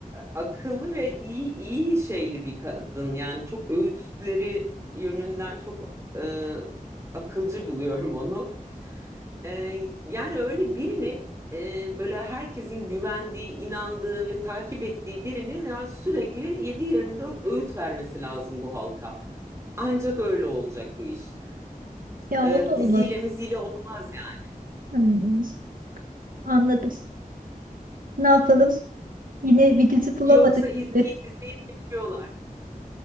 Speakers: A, on the right; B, on the right.
A: akıllı ve iyi iyi şeyli bir kadın. Yani çok öğütleri yönünden çok e, akılcı buluyorum onu. Ee, yani öyle birini e, böyle herkesin güvendiği, inandığı ve takip ettiği birinin yani sürekli yedi yirmi dört öğüt vermesi lazım bu halka. Ancak öyle olacak bu iş.
B: Ya
A: Ee,
B: o da olabilir.
A: diziyle miziyle olmaz yani.
B: Hmm, anladım. Ne yapalım? Yine bir dizi bulamadık
A: Yoksa izleyip
B: gibi.
A: izleyip geçiyorlar.